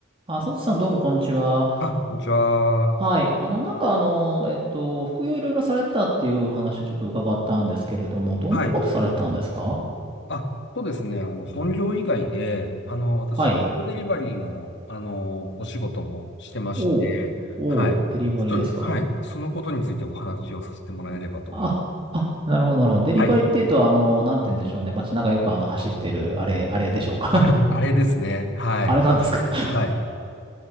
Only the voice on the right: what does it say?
あ、佐藤さんどうもこんにちは。
はい。あの、なんかあの、えっと、副業いろいろされてたっていうお話をちょっと伺ったんですけれども、どんなことされてたんですか
はい。
おう。おう。
デリバリーですか
あ、あ、なるほど、なるほど。デリバリーっていうと、
あの、なんて言うんでしょうね。街中よくあの、走ってる、あれ、あれでしょうか
<laughs>
あれなんですか